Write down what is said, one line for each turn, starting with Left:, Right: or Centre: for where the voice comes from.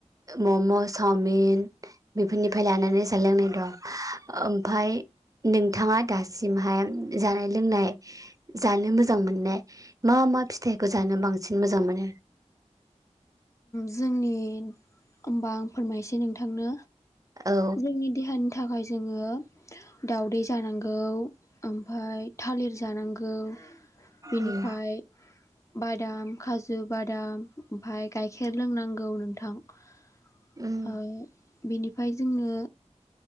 Right: मम' चावमिन बेफोरनिफ्राय लानानै जानाय लोंनाय दं ओमफाय नोंथाङा दासिमहाय जानाय लोंनाय जानो मोजां मोननाय मा मा फिथाइखौ जानो बांसिन मोजां मोनो
Left: जोंनि होमबा आं फोरमायसै नोंथांनो
Right: औ
Left: जोंनि देहानि थाखाय जोङो दाउदै जानांगौ ओमफ्राय थालिर जानांगौ बिनिफ्राय
Right: उम
Left: बादाम खाजु बादाम ओमफाय गाइखेर लोंनांगौ नोंथां
Right: उम
Left: बेनिफ्राय जोंनो